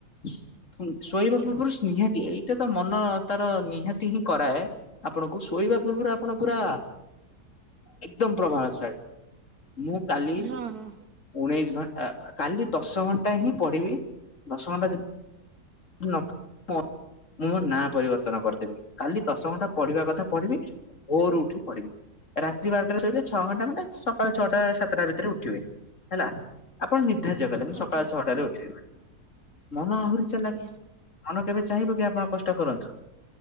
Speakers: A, on the left; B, on the right.
A: ଶ ଶୋଇବା
B: ଆଜ୍ଞା
A: ପୂର୍ବରୁ ନିହାତି ପ୍ରତ୍ୟ ତ ମନ ତାର ନିହାତି ହିଁ କରାଏ ଆପଣଙ୍କୁ ଶୋଇବା ପୂର୍ବରୁ ଆପଣ ପୁରା ଏକଦମ ପ୍ରଭାବଶାଳୀ ମୁଁ କାଲି
B: ହଁ ହଁ
A: ଉଣେଇଶି ଘଣ୍ଟା କାଲି ଦଶ ଘଣ୍ଟା ହିଁ ପଢିବି ଦଶ ଘଣ୍ଟା ଯି ମୁଁ ମୋ ନାଁ ପରିବର୍ତ୍ତନ କରିଦେବି କାଲି ଦଶ ଘଣ୍ଟା ପଢିବା କଥା ପଢିବି ଭୋରୁ ଉଠି ପଢିବି ରାତି ବାରଟା ସହିତ ଛଅ ଘଣ୍ଟା ମାନେ ସକାଳ ଛଅଟା ସାତ ସାତଟା ଭିତରେ ଉଠିବି। ହେଲା ଆପଣ ନିର୍ଦ୍ଧାର୍ଯ୍ୟ କଲେ ମୁଁ
B: ଆଜ୍ଞା
A: ସକାଳ ଛଅଟାରେ ଉଠିବି ମନ ଆହୁରି ଚାଲାକ୍
B: ଆଜ୍ଞା
A: ମନ କେବେ ଚାହିଁବ କି ଆପଣ କଷ୍ଟ କରନ୍ତୁ।